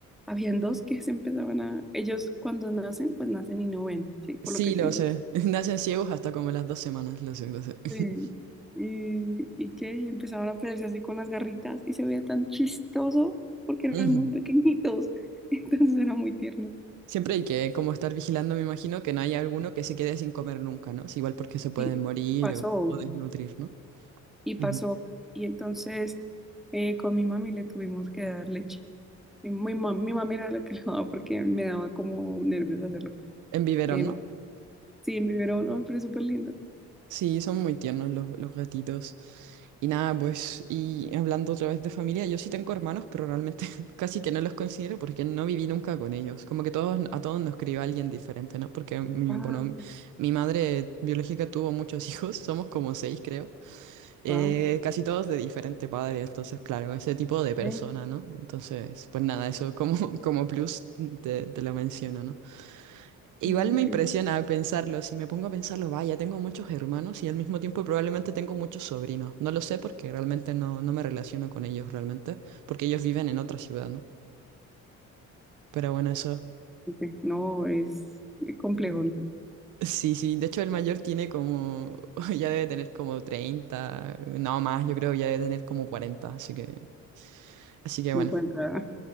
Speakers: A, in the centre; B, on the right (about 80°).
A: habían dos que se empezaban a... Ellos cuando nacen, pues nacen y no ven, ¿sí? Por
B: sí,
A: lo que tienen
B: lo sé. <laughs> Nacen ciegos hasta como las dos semanas, lo sé, lo sé. <laughs>
A: Sí. Y, y que y empezaban a pelearse así con las garritas y se veía tan chistoso porque eran
B: Ujú.
A: muy pequeñitos. <laughs> Entonces era muy tierno.
B: Siempre hay que como estar vigilando, me imagino, que no haya alguno que se quede sin comer nunca, ¿no? Es igual porque se pueden
A: Sí,
B: morir
A: pasó.
B: o, o desnutrir, ¿no?
A: Y pasó.
B: Ujú.
A: Y entonces eh, con mi mami le tuvimos que dar leche. Mi, mi, mam- mi mami era la que <laughs> le daba porque me daba como nervios hacerlo.
B: En biberón,
A: Em,
B: ¿no?
A: sí, en biberón, ay, pero es súper lindo.
B: Sí, son muy tiernos los, los gatitos. Y nada, pues, y hablando otra vez de familia, yo sí tengo hermanos, pero realmente <laughs> casi que no los considero porque no viví nunca con ellos. Como que todos, a todos nos crió alguien diferente, ¿no? Porque, mi,
A: Ah,
B: bueno, mi madre biológica tuvo muchos <laughs> hijos, somos como seis, creo. Eh,
A: wow.
B: casi todos de diferente padre, entonces, claro, ese tipo de persona,
A: ok,
B: ¿no? Entonces, pues nada, eso como, <laughs> como plus te, te lo menciono, ¿no? Igual
A: ah,
B: me
A: ok,
B: impresiona pensarlo, si me pongo a pensarlo, vaya, tengo muchos hermanos y al mismo tiempo probablemente tengo muchos sobrinos. No lo sé porque realmente no, no me relaciono con ellos realmente, porque ellos viven en otra ciudad, ¿no? Pero bueno, eso.
A: ok. No, es eh, complejo, ¿no?
B: Sí, sí, de hecho el mayor tiene como, <laughs> ya debe tener como 30, no más, yo creo ya debe tener como 40. así que, así que
A: cincuenta
B: bueno,